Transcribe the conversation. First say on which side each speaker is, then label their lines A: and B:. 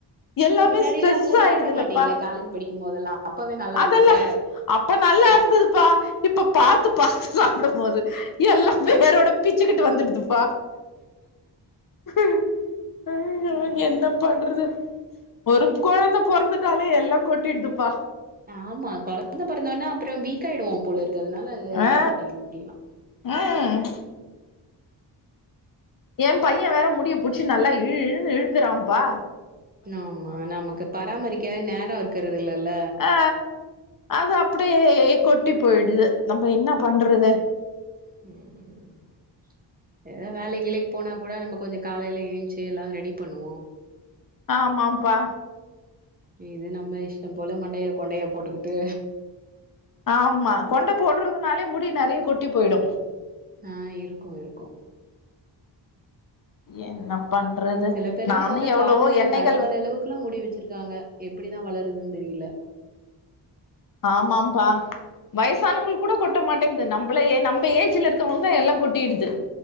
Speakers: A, on the left (about 50°); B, on the right (about 20°).
A: எல்லாமே
B: முன்னாடிலா
A: ஸ்ட்ரெஸ்
B: அதெல்லா
A: ஆயிடுதுலப்பா
B: சாப்ட மாட்டீங்களே காலேஜ் படிக்கும் போதெல்லா அப்பவே நல்லா
A: அதெலா
B: இருந்தது
A: அப்ப நல்லாருந்துதுப்பா இப்ப பாத்து பாத்து சாப்டுபோது எல்லா வேரோட பிச்சுக்கிட்டு வந்துடுதுப்பா ம் ஐயோ
B: கடவுளே
A: என்ன பண்றது ஒரு கொழந்த பொறந்துட்டாலே எல்லா கொட்டிடுதுப்பா
B: ஆமா கொழந்த பொறந்தோனே அப்றொ வீக் ஆயிவோ போலருக்கு அதனால
A: ஆ
B: இருக்க மாட்டேங்து முடிலா
A: ம் ஏ பைய வேற முடிய புடிச்சி நல்லா இழு இழுனு இழுக்குறாப்பா
B: ஆமா நமக்கு பராமரிக்கவே நேரொ இருக்றது இல்லல்ல
A: ஆ அது அப்டியே கொட்டி போயிடுது நம்ம என்ன பண்றது
B: ம் ஏதா வேலைக்கு கீலைக்கு போனா கூட நம்ம கொஞ்சோ காலைல ஏஞ்ச்சி எல்லா ரெடி பண்ணுவோ
A: ஆமாம்பா
B: இது நம்ம இஷ்டம் போல மண்டைய கொண்டைய போட்டுக்கிட்டு
A: ஆமா கொண்ட போடுறதுனாலே முடி நெறைய கொட்டி போய்டு
B: ஆ இருக்கு இருக்கு
A: என்ன பண்றது
B: சில பேர்லா
A: நானு
B: பாத்தா
A: எவ்வளவோ
B: காலு
A: எண்ணெய்கள்
B: கனுக்கால் அளவுக்குலா முடி வச்சிருக்காங்க எப்டிதா வளருதுன்னு தெரில
A: ஆமாம்பா வயசானவங்களுக்கூட கொட்ட மாட்டேங்து நம்மள நம்ம ஏஜ்ல இருக்கவங்கதா எல்லா கொட்டிடுது